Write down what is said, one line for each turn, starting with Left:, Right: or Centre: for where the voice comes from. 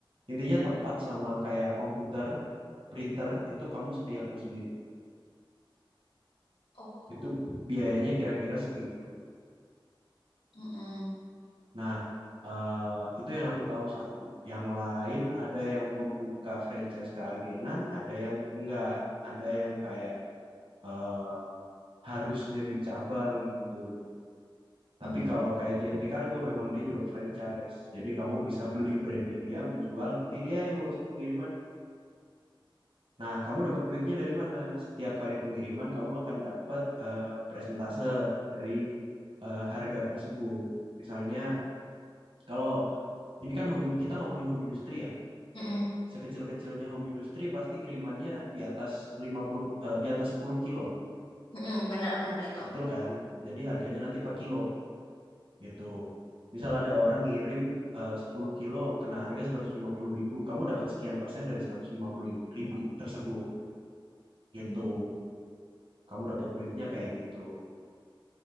Right: Intinya tempat sama kayak komputer, printer, itu kamu sediakan sendiri.
Left: Oh,
Right: Itu biayanya kira-kira segitu.
Left: Mm-mm.
Right: Nah, eh, itu yang aku tahu satu. Yang lain ada yang membuka franchise keagenan, ada yang enggak. Ada yang kayak eh, harus jadi cabang gitu. Tapi
Left: Mm-mm.
Right: kalau kayak JNT Cargo memang dia jual franchise. Jadi kamu bisa beli brandnya dia, menjual, nanti dia yang ngurusin pengirimannya. Nah, kamu dapat duitnya dari mana? Setiap kali pengiriman kamu akan dapat eh, presentase dari eh, harga tersebut. Misalnya kalau ini kan home, kita ngomongin home industry ya.
Left: Mm-mm.
Right: Sekecil-kecilnya home industry pasti kirimannya di atas 50 eh, di atas 10 kilo.
Left: Mm-mm. Benar-benar itu.
Right: Ya, betul kan? Jadi harganya nanti per kilo. gitu. Misal ada orang ngirim eh, 10 kilo kena harga 150 ribu, kamu dapat sekian persen dari seratus lima puluh ribu tersebut gitu.
Left: Mm.
Right: Kamu dapat duitnya kayak gitu.